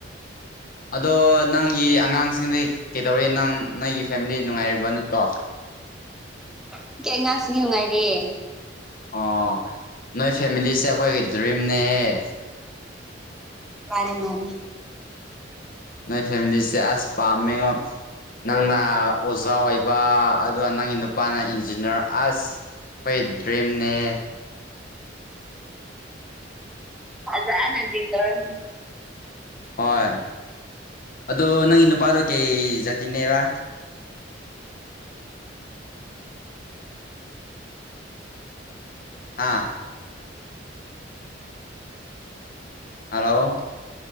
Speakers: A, on the left (about 50°); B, in the centre.
A: ꯑꯗꯣ ꯅꯪꯒꯤ ꯑꯉꯥꯡꯁꯤꯡꯗꯤ ꯀꯩꯗꯧꯔꯦ ꯅꯪ ꯅꯩꯒꯤ ꯐꯦꯝꯂꯤ ꯅꯨꯉꯥꯏꯔꯤꯕ ꯅꯠꯇ꯭ꯔꯣ
B: <unintelligible> ꯅꯌ꯭ꯨꯉꯥꯏꯔꯤ
A: ꯑꯣ ꯅꯣꯏ ꯐꯦꯃꯤꯂꯤꯁꯦ ꯑꯈꯣꯏꯒꯤ ꯗ꯭ꯔꯤꯝꯅꯦꯍꯦ
B: ꯃꯥꯅꯤ ꯃꯥꯅꯤ
A: ꯅꯣꯏ ꯐꯦꯃꯤꯂꯤꯁꯦ ꯑꯁ ꯄꯥꯝꯃꯦꯉꯣ ꯅꯪꯅ ꯑꯣꯖꯥ ꯑꯣꯏꯕ ꯗꯨꯒ ꯅꯪꯒꯤ ꯅꯨꯄꯥꯅ ꯏꯟꯖꯤꯅꯔ ꯑꯁ ꯈꯣꯏ ꯗ꯭ꯔꯤꯝꯅꯦꯍꯦ
B: ꯖꯅ ꯗ꯭ꯔꯤꯝ ꯇꯧꯔꯝꯅꯤ
A: ꯍꯣꯏ ꯑꯗꯣ ꯅꯪꯒꯤ ꯅꯨꯄꯥꯗꫭ ꯀꯩ ꯖꯥꯇꯤꯅꯦꯕ ꯑꯥ ꯍꯜꯂꯣ